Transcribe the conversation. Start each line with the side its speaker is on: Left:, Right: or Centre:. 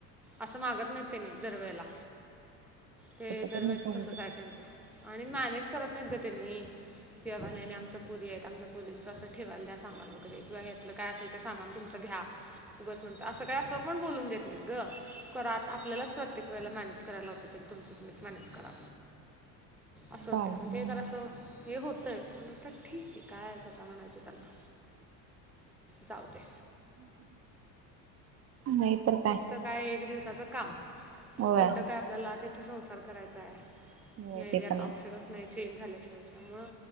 Centre: असं मागत नाही त्यांनी दरवेळेला. ते
Right: कुठ
Centre: दरवेळच
Right: तर नको
Centre: तसच आहे त्यांचं आणि मॅनेज करत नाहीत ग त्यांनी. किं बाबा नाही नाही आमच्या पोरी आहेत. आमच्या पोरीचं असं ठेवायला द्या सामान वगैरे किंवा यातलं काय असेल. ते सामान तुमचं घ्या. उगच म्हणत असं काय असं पण बोलून देत नाही ग आपल्यालाच प्रत्येक वेळेला मॅनेज करायला लावतात ते तुमचं तुम्हीच मॅनेज करा. असं
Right: बाई
Centre: होतंय ते जरासं हे होतंय. आता ठीक आहे कायचं आता म्हणायचं त्यांना. जाऊ दे
Right: नाही तर काय.
Centre: तिथं काय एक दिवसाचं काम.
Right: होय
Centre: कुठं काय आपल्याला तिथे संसार करायचा आहे
Right: होय
Centre: नाही
Right: ते
Centre: यात
Right: पण
Centre: ऑप्शनच
Right: आहे
Centre: नाही. चेंज झाल्याशिवाय त्यामुळ